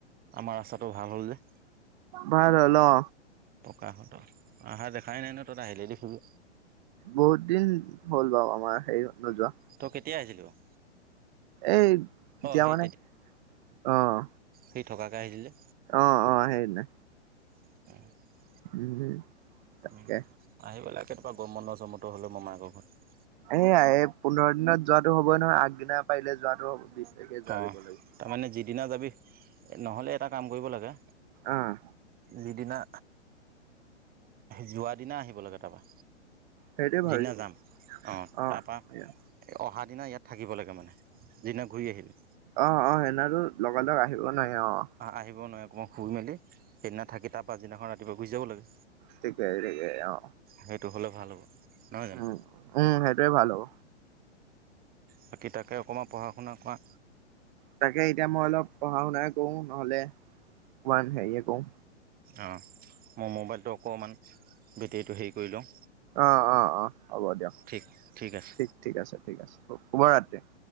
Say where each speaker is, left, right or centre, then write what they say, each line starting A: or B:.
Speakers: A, on the right; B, on the right.
A: আমাৰ ৰাস্তাটো ভাল হ'ল যে।
B: ভাল হ'ল অ।
A: পকা হ'ল অ অহা দেখাই নাই ন তহঁত আহিলেহে দেখিবি।
B: বহুত দিন হ'ল বাৰু আমাৰ নোযোৱা।
A: তই কেতিয়া আহিলি‌ বাৰু?
B: এই কেতিয়া
A: অ সেই
B: মানে আহ
A: সি থকাকৈ আহিছিলি যে।
B: অ অ সেইদিনা।
A: <unintelligible>
B: <unintelligible> তাকে
A: উম আহিব লাগে কেতিয়াবা গৰম বন্ধ চৰম বন্ধ হলে মমায়েকৰ ঘৰত।
B: এইয়া এই পোন্ধৰ দিনত যোৱাটো হ'বই নহয়, আগদিনা পাৰিলে যোৱাটো হ'ব। তাৰিখে যোৱা
A: অ
B: দিব লাগিছিল।
A: তাৰমানে যিদিনা যাবি নহ'লে এটা কাম কৰিব লাগে
B: অ'
A: যিদিনা যোৱা দিনা আহিব লাগে তাৰপা।
B: সেইটোৱে ভাবিছো
A: যিদিনা
B: মই
A: যাম অঁ,
B: অ'।
A: তাৰপৰা অহা দিনা ইয়াত থাকিব লাগে মানে যিনা ঘূৰি আহিবি।
B: অ অ সেইদিনাও লগালগ আহিব- নোৱাৰি অ'।
A: আহিব নোৱাৰে অকণমান ফুই মেলি সেইদিনা থাকি তাৰ পাছদিনাখন ৰাতিপুৱা গুচি যাব লাগে।
B: থিকে থিক অ।
A: সেইটো হ'লে ভাল হ'ব নহয় জানো
B: উম উম সেইটোৱে ভাল হ'ব।
A: বাকী তাকে অকণমান পঢ়া শুনা কৰা।
B: তাকে এতিয়া মই অলপ পঢ়া শুনাই কৰো নহলে অকমান হেৰিয়ে কৰো।
A: অঁ মোৰ মোবাইলটো অকণমান বেটেৰীটো হেৰি কৰি লওঁ।
B: অ, অ, অ। হ'ব দিয়ক
A: ঠিক আছে
B: ঠিক ঠিক আছে ঠিক আছে শুভ ৰাতি।